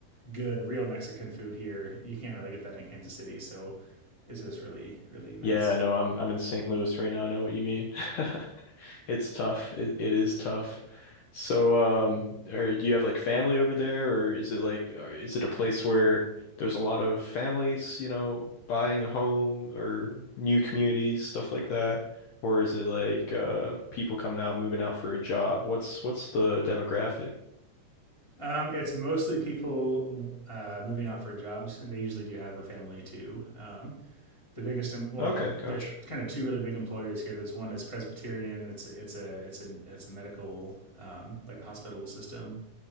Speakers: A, on the left; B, on the left.
A: good real Mexican food here, you can't really get that in Kansas City. So it's just really really nice.
B: Yeah, no, I'm I'm in St. Louis right now. I know what you mean. <laughs> It's tough. It it is tough. So, um, or do you have like family over there, or is it like, or is it a place where there's a lot of families, you know, buying a home or new communities, stuff like that? Or is it like uh people coming out, moving out for a job? What's what's the demographic?
A: Um, it's mostly people uh, moving out for jobs, and they usually do have a family too. Um, the biggest, well,
B: Okay,
A: there's
B: gotcha.
A: kind of two really big employers here. There's one is Presbyterian. It's it's a it's a it's a medical um, like a hospital system,